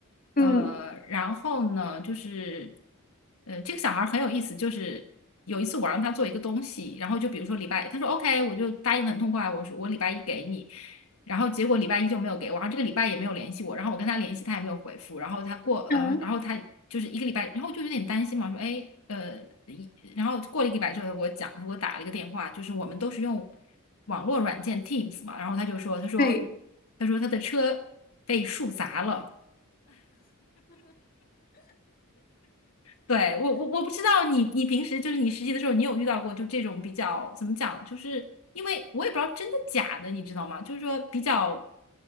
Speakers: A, on the left; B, on the left.
A: 嗯，
B: 呃，然后呢就是，呃，这个小孩很有意思，就是。有一次我让他做一个东西，然后就比如说礼拜，他说 OK，我就答应的很痛快，我说我礼拜一给你，然后结果礼拜一就没有给我，然后这个礼拜也没有联系我，然后我跟他联系他也没有回复，然后他过呃，
A: 嗯，
B: 然后他就是一个礼拜，然后就有点担心嘛，说哎呃，一然后过了一个礼拜之后他给我讲，他给我打了一个电话，就是我们都是用网络软件 Teams 嘛，然后他就说他说
A: 对
B: 他说他的车被树砸了，对，我我我不知道你你平时就是你实习的时候，你有遇到过就这种比较怎么讲，就是因为我也不知道真的假的，你知道吗？就是说比较，